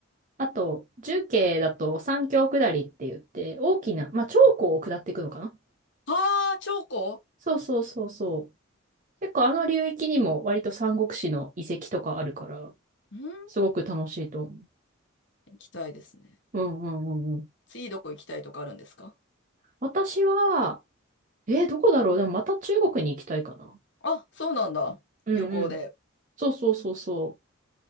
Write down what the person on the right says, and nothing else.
あと、重慶だと三峡下りって言って、大きな、まあ、長江を下っていくのかな
そうそうそうそう。結構あの流域にも割と三国志の遺跡とかあるから、
すごく楽しいと思う。
うんうんうんうん。
私は、えーどこだろうでもまた中国に行きたいかな。
うんうん。
そうそうそうそう。